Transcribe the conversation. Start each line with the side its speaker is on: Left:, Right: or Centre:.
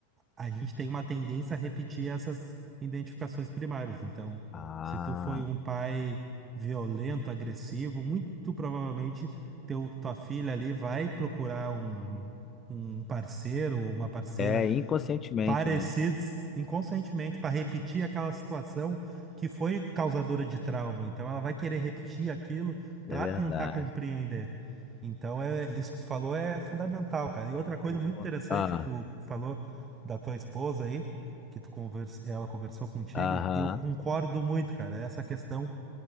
Right: a gente tem uma tendência a repetir essas identificações primárias. Então,
Left: Ah,
Right: se tu foi um pai violento, agressivo, muito provavelmente teu, tua filha ali vai procurar um, um parceiro ou uma parceira
Left: é inconscientemente,
Right: parecidos
Left: né?
Right: inconscientemente para repetir aquela situação que foi causadora de trauma. Então ela vai querer repetir aquilo
Left: É
Right: para
Left: verdade.
Right: tentar compreender. Então é isso que tu falou é fundamental, cara. E outra coisa
Left: Boa.
Right: muito interessante
Left: Ah,
Right: que tu falou da tua esposa aí, que tu convers... ela conversou contigo,
Left: aham.
Right: eu concordo muito, cara. Essa questão